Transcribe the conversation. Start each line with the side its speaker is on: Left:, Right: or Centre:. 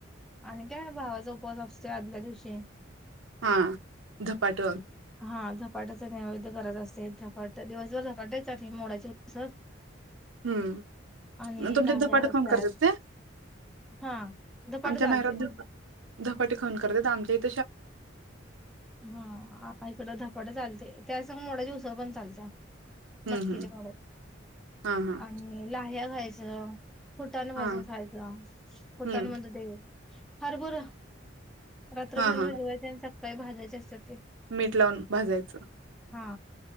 Centre: आणि काय भावाचा उपवास असतोय आदल्या दिवशी
Right: हा. धपाटं
Centre: हा धापट्या ते नैवेद्य करायचा असते धपाटे, दिवसभर धपाटे आणि मोडाची उसळ
Right: हम्म
Centre: आणि
Right: तुमच्यात
Centre: लाह्या
Right: धपाटं
Centre: असते
Right: खाऊन करत्यात
Centre: आज
Right: काय
Centre: हा धपाटे
Right: आमच्या
Centre: चालते
Right: माहेरात धप धपाटे खाऊन करतात आमच्या इथे
Centre: हम्म ऐकलं धपाटा आलत्ये त्या संग मोडाची उसळ पण चा चालतये
Right: हम्म
Centre: मटकीच्या
Right: हम्म
Centre: मोडा
Right: हा हा
Centre: आणि लाह्या खायच्या ज फुटान भाजून
Right: हा
Centre: खायचं फुटाने
Right: हम्म
Centre: म्हणतो ते हरभरं रात्र
Right: हा
Centre: भिर
Right: हा
Centre: भीजवाय काही भाजायचे असत्यात
Right: मीठ लावून भाजायचं
Centre: हा